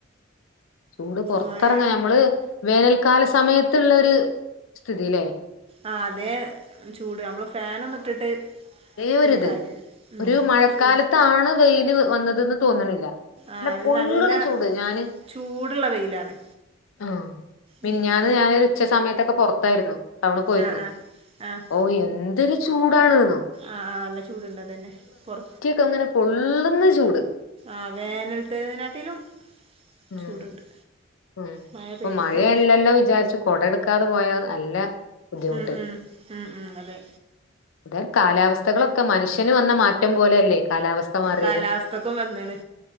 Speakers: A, on the left; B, on the right.
A: ചൂട് പൊർത്തെറങ്ങാ
B: മഴ
A: നമ്മള് വേനൽക്കാല സമയത്ത്ള്ളൊര് സ്ഥിതിലേ
B: ആഹ് അതേ ചൂട് നമ്മള് ഫാനൊന്ന് ഇട്ടിട്ട്
A: അതേ
B: തീരെ
A: ഒരിത്
B: കാര്യല്ല ഉം
A: ഒരു മഴക്കാലത്താണ്
B: ചൂ
A: വെയില് വന്നത്ന്ന് തോന്ന്ണില്ല നല്ല
B: ആഹ് അത്
A: പൊള്ള്ണ
B: നല്ല
A: ചൂട് ഞാന്
B: ചൂടുള്ള വെയിലാണ്
A: ആഹ് മിനിഞാന്ന്
B: ഉം ഉം
A: ഞാനൊര് ഉച്ച സമയത്തൊക്കെ പൊറത്തായിരുന്നു ടൗണി പോയിരുന്നു
B: ആഹ് ആഹ് ആഹ്
A: ഓഹ് എന്തൊരു ചൂടാണ്ന്നോ.
B: ആഹ് നല്ല ചൂടുണ്ട് അതന്നെ പൊർ
A: ഇങ്ങന പൊള്ള്ന്ന ചൂട്.
B: ആഹ് വേനൽത്തതികാട്ടിലും
A: ഉം
B: ചൂടുണ്ട്.
A: ഉം
B: മഴ
A: ഇപ്പൊ
B: പെയ്തിട്ടും
A: മഴയല്ലല്ലൊ വിചാരിച്ച് കൊട ഇട്ക്കാതെ പോയ നല്ല ബുദ്ധിമുട്ട്
B: ഉം ഉം ഉം ഉം അതെ
A: ഇത കാലാവസ്ഥകളൊക്ക മനുഷ്യന് വന്ന മാറ്റം പോലെയല്ലേ കാലാവ മാറിയത്
B: കാലാവസ്ഥക്കും വന്നാണ്